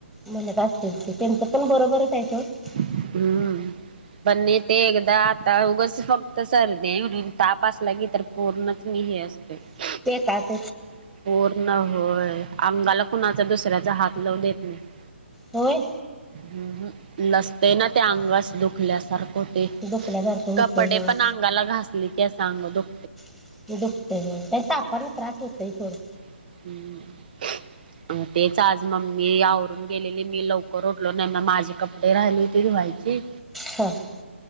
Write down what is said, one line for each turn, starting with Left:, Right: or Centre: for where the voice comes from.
Centre: म्हणत असतील ते त्यांच पण बरोबर ये. <unintelligible>
Right: हम्म. पण नाही ते एकदा आता उगच फक्त सरदी तापासलं की तर पूर्णच मी हे असते <inaudible>
Centre: <inaudible> ब कात
Right: <inaudible> पूर्ण होय अंगाला कुणाचा दुसऱ्याचा हात लाव देत नाही <inaudible>
Centre: हो <inaudible>
Right: <inaudible> ह लसते ना त्या अंगास दुखल्यासारखं <inaudible> ते
Centre: दुखल्यासारखं होतंय
Right: कपडे
Centre: हं
Right: पण अंगाला घासले की अंग द
Centre: <inaudible> मी दुखते म्ह तर आपण त्रास होतोय थोडं
Right: <inaudible> हम्म तेच आज मम्मी यावरून गेलेली, मी लवकर उठलो नाही, म माझे कपडे राहिले होते. <inaudible> व्हायची.
Centre: हां <inaudible>